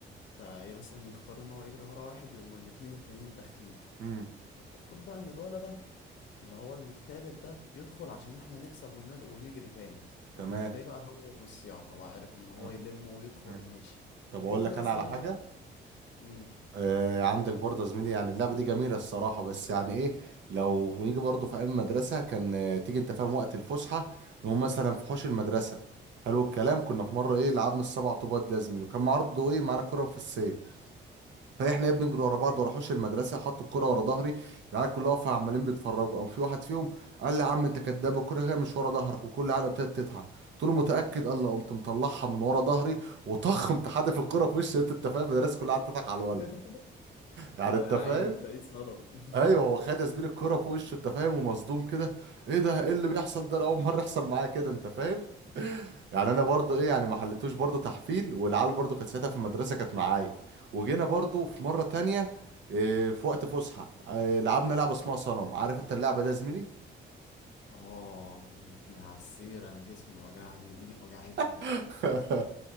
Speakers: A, on the left; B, on the right.
A: فمثلا يختار ان هو يجري ورا واحد يقوم الاتنين التانيين داخلين
B: امم
A: المفروض بقى ان الولا ده اللي هو التالت ده يدخل عشان احنا نكسب ونل... ونجري تاني
B: تمام
A: ده بقى هو بالصياعة طبعا عارف ان هو
B: آه،
A: يلم ويدخل
B: آه.
A: ماشي
B: طب اقول
A: اتمسك
B: لك انا على حاجة
A: امم
B: آه، عندك برضه يا زميلي يعني اللعبة دي جميلة الصراحة بس يعني ايه لو نيجي برضه في ايام مدرسة كان آه، تيجي انت فاهم وقت الفسحة نقوم مثلا في حوش المدرسة حلو الكلام كنا في مرة ايه لعبنا السبع طوبات ده يا زميلي وكان برضه ايه معانا كورة مفسية فاحنا ايه بنجري ورا بعض
A: ايوه
B: ورا حوش المدرسة حط الكورة ورا ظهري العيال كلها واقفة عمالين بيتفرجوا قام في واحد فيهم قال لي يا عم انت كداب الكورة هي مش ورا ظهرك وكل العيال ابتدت تضحك قلت له متأكد قال لي قمت مطلعها من ورا ظهري وطخ <laughs> قمت حادف الكورة في وش انت فاهم المدرسة كلها قعدت تضحك على
A: <laughs>
B: الولد يعني
A: هو
B: انت
A: يا
B: فاهم
A: عيني تلاقيه اتصدم <laughs>
B: ايوه هو خد يا زميلي الكرة في وشه انت فاهم ومصدوم كده ايه ده ايه اللي بيحصل ده انا اول مره يحصل معايا كده انت فاهم <laughs> يعني انا برضو ايه يعني ما حلتوش برضو تحفيل والعيال برضو كانت ساعتها في المدرسه كانت معايا وجينا برضو في مره تانية إيه، في وقت فسحه إيه، لعبنا لعبه اسمها صنم عارف انت اللعبه ده يا زميلي
A: اه من عالسيرة انا جسمي وجعني وايدي وجعتني
B: <laughs>
A: من كتر الضرب